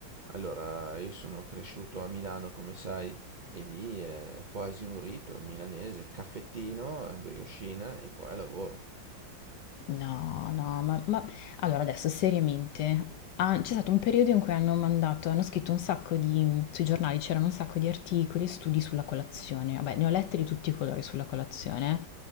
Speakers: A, on the right; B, on the left.
A: Allora, io sono cresciuto a Milano, come sai, e lì è quasi un rito il milanese, caffettino, eh, briochina e poi al lavoro.
B: No, no, ma, ma- allora adesso seriamente, ah, c'è stato un periodo in cui hanno mandato, hanno scritto un sacco di, sui giornali c'erano un sacco di articoli e studi sulla colazione, vabbè ne ho letti di tutti i colori sulla colazione,